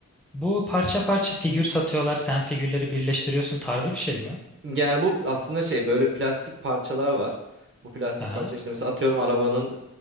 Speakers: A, in the centre; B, on the right.
A: Bu parça parça figür satıyorlar. Sen figürleri birleştiriyorsun tarzı bir şey mi?
B: Yani bu aslında şey böyle plastik parçalar var. Bu plastik
A: Aha.
B: parça işte mesela atıyorum arabanın